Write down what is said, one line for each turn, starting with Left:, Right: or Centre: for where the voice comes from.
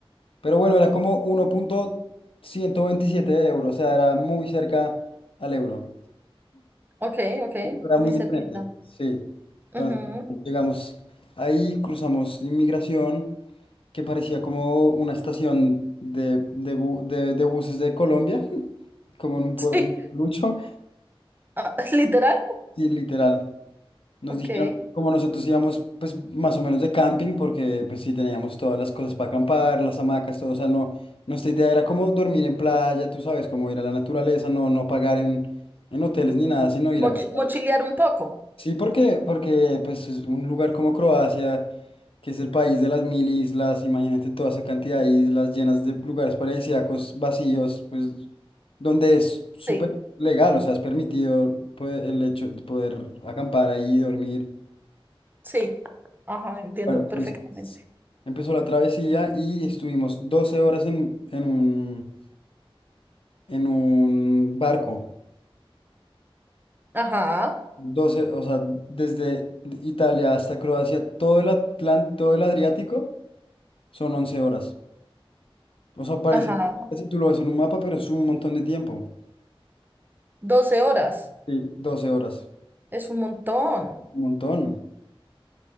Left: Pero bueno, era como 1.127 euros, o sea, era muy cerca al euro.
Right: Ok, ok.
Left: Era
Right: Muy
Left: muy diferente,
Right: cerquita.
Left: sí. Entonces,
Right: Ujú.
Left: llegamos ahí, cruzamos inmigración, que parecía como una estación de, de bu- de- de buses de Colombia, <laughs> como en un
Right: Sí.
Left: pueblo, lucho,
Right: ah, <laughs> literal.
Left: y literal. Nos
Right: Ok.
Left: dijeron, como nosotros íbamos, pues más o menos de camping, porque pues sí teníamos todas las cosas para acampar, las hamacas, todo, o sea, no, nuestra idea era como dormir en playa, tú sabes, como ir a la naturaleza, no, no pagar en, en hoteles ni nada, sino ir
Right: Moch-
Left: a acampar.
Right: mochilear un poco.
Left: Sí, porque, porque pues es un lugar como Croacia, que es el país de las mil islas, imagínate toda esa cantidad de islas llenas de lugares paradisíacos, vacíos, pues donde es súper
Right: Sí,
Left: legal, o sea, es permitido pues, el hecho de poder acampar ahí, dormir.
Right: sí. Ajá, entiendo
Left: Bueno, entonces
Right: perfectamente.
Left: empezó la travesía y estuvimos 12 horas en, en un, en un barco.
Right: Ajá,
Left: doce o sea, desde Italia hasta Croacia, todo el Atlán- todo el Adriático son 11 horas. O sea, parece
Right: ajá.
Left: que si tú lo ves en un mapa, pero es un montón de tiempo.
Right: 12 horas.
Left: Sí, 12 horas.
Right: Es un montón.
Left: Un montón.